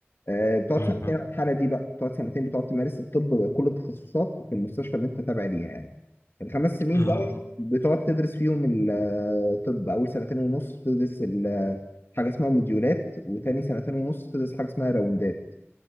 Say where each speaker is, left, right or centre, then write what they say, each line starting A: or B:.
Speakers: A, on the left; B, on the left.
A: آه بتقعد
B: أها
A: سنتين على الحالة دي بقى بتقعد سنتين بتقعد تمارس الطب بكل التخصصات في المستشفى اللي انت تابع ليها يعني الخمس سنين
B: آه.
A: بقى
B: <coughs>
A: بتقعد تدرس فيهم الطب اول سنتين ونص بتدرس ال- حاجه اسمها موديولات وتاني سنتين ونص بتدرس حاجه اسمها راوندات